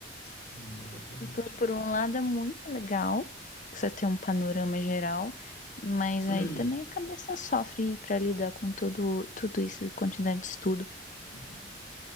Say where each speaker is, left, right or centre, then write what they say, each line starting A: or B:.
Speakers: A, on the left (about 60°); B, on the left (about 45°).
A: enfim, exatamente.
B: E Por, por um lado é muito legal você ter um panorama geral, mas
A: Uhum.
B: aí também a cabeça sofre para lidar com tudo, tudo isso, quantidade de estudo.
A: <clears throat>